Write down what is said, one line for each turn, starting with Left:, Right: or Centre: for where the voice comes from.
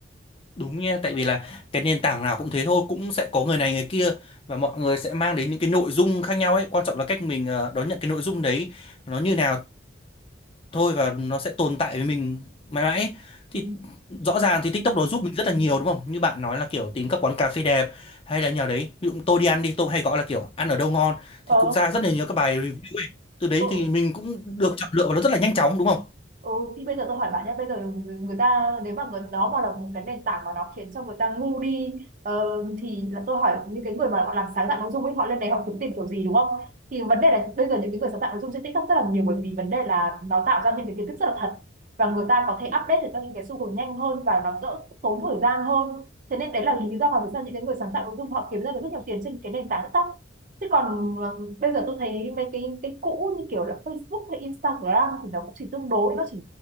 Left: Đúng nha, tại vì là cái nền tảng nào cũng thế thôi, cũng sẽ có người này người kia và mọi người sẽ mang đến những cái nội dung khác nhau ấy, quan trọng là cách mình ờ, đón nhận cái nội dung đấy nó như nào thôi và nó sẽ tồn tại với mình mãi mãi. ấy. Thì
Right: Ừ.
Left: rõ ràng thì TikTok nó giúp mình rất là nhiều đúng không? Như bạn nói là kiểu tìm các quán cà phê đẹp hay là nhà đấy, ví dụ tôi đi ăn đi, tôi hay gọi là kiểu ăn ở đâu ngon
Right: ờ
Left: thì cũng ra rất là nhiều các bài review ấy. Từ đấy
Right: ừ.
Left: thì mình cũng được chọn lựa và nó rất là nhanh chóng đúng không?
Right: Ừ, thì bây giờ tôi hỏi bạn nhé, bây giờ người người ta nếu mà người, nó mà là một cái nền tảng mà nó khiến cho người ta ngu đi ờ, thì là tôi hỏi những cái người mà họ làm sáng tạo nội dung ấy, họ lên đấy họ kiếm tìm kiểu gì đúng không? Thì vấn đề là bây giờ những cái người sáng tạo nội dung trên TikTok rất là nhiều bởi vì vấn đề là nó tạo ra những cái kiến thức rất là thật và người ta có thể update được các những cái xu hướng nhanh hơn và nó đỡ tốn thời gian hơn. Thế nên đấy là lý do mà vì sao những cái người sáng tạo nội dung họ kiếm ra được rất nhiều tiền trên cái nền tảng TikTok thế còn ờ, bây giờ tôi thấy mấy cái cái cũ như kiểu là Facebook hay Instagram thì nó cũng chỉ tương đối nó chỉ